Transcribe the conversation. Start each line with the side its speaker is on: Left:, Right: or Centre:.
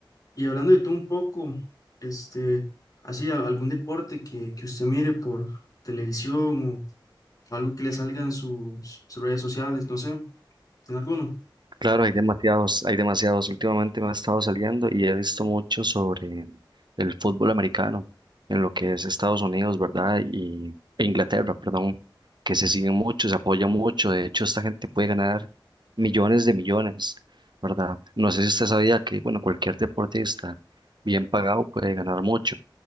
Left: Y hablando de tú un poco, este, así, a- algún deporte que, que usted mire por televisión o algo que le salga en sus, sus redes sociales, no sé, ¿tiene alguno?
Right: Claro, hay demasiados, hay demasiados. Últimamente me ha estado saliendo y he visto mucho sobre el fútbol americano en lo que es Estados Unidos, ¿verdad? Y e Inglaterra, perdón, que se siguen mucho, se apoya mucho. De hecho, esta gente puede ganar millones de millones, ¿verdad? No sé si usted sabía que, bueno, cualquier deportista bien pagado puede ganar mucho.